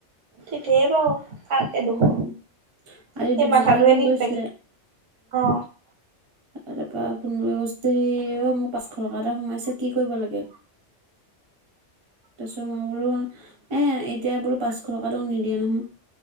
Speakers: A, on the right (about 85°); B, on the right (about 35°).
A: ঠিকেই বাৰু। তা এ দুশ,
B: উম আজি
A: সেই
B: দীপশিখাই
A: মাথাটোয়ে
B: ফোন
A: নিকে
B: কৰিছিলে
A: <inaudible> অ।
B: তাৰপৰা পোন্ধৰ আগষ্ট হে অ মোক পাঁচশ টকা এটা সোমাইছে, কি কৰিব লাগে? তাৰপিছত মই বোলো, এ এতিয়া বোলো পাঁচশ টকাটো নিদিয়ে নহয়।